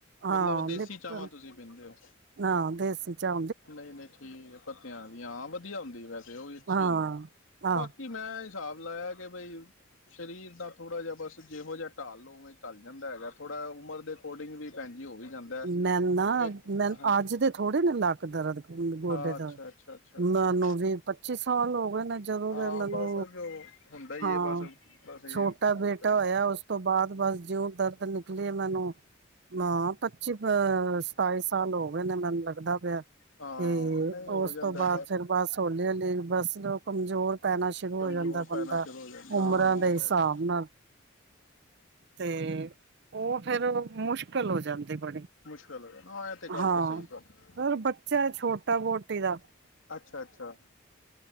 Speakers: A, on the right; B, on the left.
A: ਹਾਂ
B: ਮਤਲਬ ਦੇਸੀ
A: ਲਿਪਟਨ
B: ਚਾਹਵਾਂ ਤੁਸੀਂ ਪੀਂਦੇ ਹੋ
A: ਹਾਂ ਦੇਸੀ ਚਾ
B: ਨਹੀਂ ਨਹੀਂ ਠੀਕ ਪੱਤਿਆਂ ਦੀਆ ਹਾਂ <unintelligible> ਹੁੰਦੀ ਵੈਸ ਤੇਓਹੀ ਅੱਛੀ
A: ਹਾਂ
B: ਹੁੰਦੀ
A: ਆਹ
B: ਬਾਕੀ ਮੈਂ ਹਿਸਾਬ ਲਾਇਆ ਕਿ ਬਈ ਸਰੀਰ ਦਾ ਥੋੜਾ ਜਿਹਾ ਬਸ ਜਿਹੋ ਜਿਹਾ ਢਾਲ ਲਓ ਉਵੇਂ ਲ ਜਾਂਦਾ ਹੈਗਾ ਥੋੜ੍ਹਾ ਉਮਰ ਦੇ ਅਕੋਰਡਿੰਗ ਵੀ ਭੈਣ ਜੀ ਹੋ ਵੀ ਜਾਂਦਾ
A: ਮੈ ਨਾ
B: ਇੱਕ
A: ਮੈ
B: ਹਾਂਜੀ
A: ਅੱਜ ਦੇ ਥੋੜੇ ਨੇ ਲੱ ਦਰਦ ਗੋਡੇ
B: ਹਾਂ
A: ਦਰਦ
B: ਅੱਛਾ ਅੱਛਾ ਅੱਛਾ ਅੱਛਾ
A: ਮੈਨੂੰ ਵੀ ਪੱਚੀ ਸਾਲ ਹੋ ਗਏ ਨੇ ਜਦੋਂ
B: ਹਾਂ
A: ਵੀ ਮੈਨੂੰ
B: ਬਸ ਉਹ ਜੋ ਹੁੰਦਾ ਹੀ
A: ਹਾਂ
B: ਹੈ ਬਸ ਬਸ ਇਹ
A: ਛੋਟਾ ਬੇਟਾ
B: ਚਲੋ
A: ਹੋਇਆ ਉਸ ਤੋਂ ਬਾਅਦ ਬਾਦ ਬਸ ਜਿਉਂ ਦਰਦ ਨਿਕਲੀ ਮੈਨੂੰ ਹਾਂ ਪੱਚੀ ਅ ਸਤਾਈ ਸਾਲ ਹੋ ਗਏ ਨੇ ਮੈਨੂੰ ਲੱਗਦਾ ਪਿਆ
B: ਹਾਂ
A: ਤੇ
B: ਨਹੀਂ ਹੋ
A: ਉਸ
B: ਜਾਂਦਾ
A: ਤੋਂ ਬਾਅਦ ਫਿਰ ਬਸ ਹੋਲੀ ਹਲੀ ਬਸ ਦ ਕਮਜ਼ੋਰ ਪੈਣਾ ਸ਼ੁਰੂ
B: ਕਮਜ਼ੋਰ
A: ਹੋ ਜਾਂਦਾ ਬੰਦਾ
B: ਪੈਣਾ ਸ਼ੁਰੂ ਹੋ ਜਾਂਦਾ
A: ਉਮਰਾਂ
B: ਹਾਂ
A: ਦੇ ਹਿਸਾਬ
B: ਬਸ ਬਸ
A: ਨਾਲ ਤੇ ਉਹ ਫੇਿਰ ਮੁਸ਼ਕਿਲ ਹੋ ਜਾਂਦਾ
B: ਮੁਸ਼ਕਿਲ ਹੋ ਜਾਂਦਾ ਹਾਂ ਇਹ ਤੇ ਗੱਲ
A: ਹਾਂ
B: ਤੇ ਸਹੀ ਤੁਹਾਡੀ
A: ਯ ਬੱਚਾ ਛੋਟਾ ਬਹੁਟਾ <unintelligible>
B: ਅੱਛਾ ਅੱਛਾ